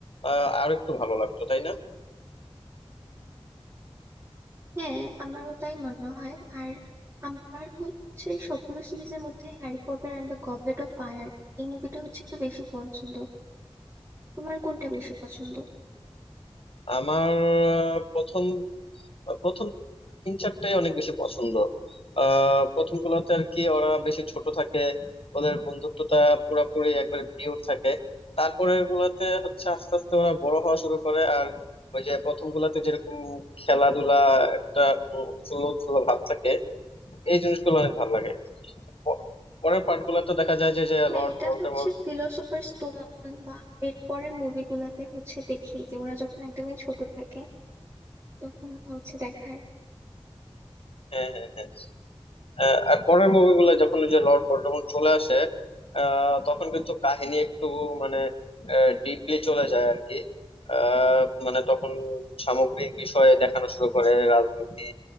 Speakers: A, on the left; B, on the right.
A: আহ, আরো একটু ভালো লাগতো তাই না
B: হ্যাঁ আমারও তাই মনে হয় আর আমার হচ্ছে সবগুলো সিরিজের মধ্যে Harry Potter and the Goblet of Fire এই মুভিটা হচ্ছে একটু বেশি পছন্দ তোমার কোনটা বেশি পছন্দ
A: আমার আহ, প্রথম আহ, প্রথম তিন চারটাই অনেক বেশি পছন্দ আহ প্রথম গুলাতে আর কি ওরা বেশি ছোট থাকে ওদের বন্ধুত্বটা পুরাপুরি একবারে পিওর থাকে তারপরের গুলাতে হচ্ছে আস্তে আস্তে ওরা বড় হওয়া শুরু করে আর ওই যে প্রথম গুলাতে যেরকম খেলাধুলা একটা উৎফুল্ল উৎফুল্ল ভাব থাকে এই জিনিসগুলো অনেক ভালো লাগে প- পরের পার্ট গুলাতে দেখা যায় যে যে
B: হ্যাঁ
A: লর্ড
B: এটা
A: ভোল্ডেমর্ট
B: হচ্ছে ফিলোসোফার স্টোন বা এর পরের মুভিগুলাতে হচ্ছে দেখি যে ওরা যখন একদমই ছোট থাকে তখন হচ্ছে দেখায়
A: হ্যাঁ হ্যাঁ হ্যাঁ আহ, আর পরের মুভিগুলো যখন ওই যে লর্ড ভলডেমর্ট চলে আসে আহ, তখন কিন্তু কাহিনী একটু মানে ডিপলি চলে যায় আর কি আহ, মানে তখন সামগ্রিক বিষয়ে দেখানো শুরু করে রাজনীতি